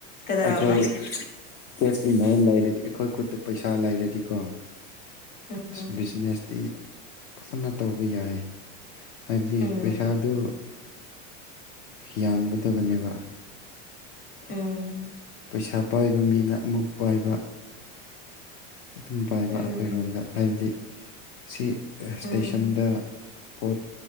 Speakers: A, on the left (about 25°); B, on the left (about 50°).
A: ꯀꯩꯗꯧꯔꯕ
B: ꯑꯩꯈꯣꯏ ꯀꯦꯞꯁ ꯏꯟꯖꯟ ꯂꯩꯔꯗꯤ ꯑꯩꯈꯣꯏ ꯈꯨꯠꯇ ꯄꯩꯁꯥ ꯂꯩꯔꯗꯤꯀꯣ
A: ꯎꯝ
B: ꯑꯁ ꯕꯤꯖꯤꯅꯦꯁꯇꯤ ꯐꯖꯅ ꯇꯧꯕ ꯌꯥꯏ ꯍꯥꯏꯕꯗꯤ
A: ꯎꯝ
B: ꯄꯩꯁꯥꯗꯨ ꯌꯥꯝꯒꯗꯕꯅꯦꯕ
A: ꯎꯝ
B: ꯄꯩꯁꯥ ꯄꯥꯏꯕ ꯃꯤꯅ ꯑꯃꯨꯛ ꯄꯥꯏꯕ ꯑꯗꯨꯝ ꯄꯥꯏꯕ
A: ꯎꯝ
B: ꯑꯩꯈꯣꯏꯔꯣꯝꯗ ꯍꯥꯏꯕꯗꯤ ꯁꯤ ꯏꯁꯇꯦꯁꯟꯗ
A: ꯎꯝ
B: ꯄꯣꯠ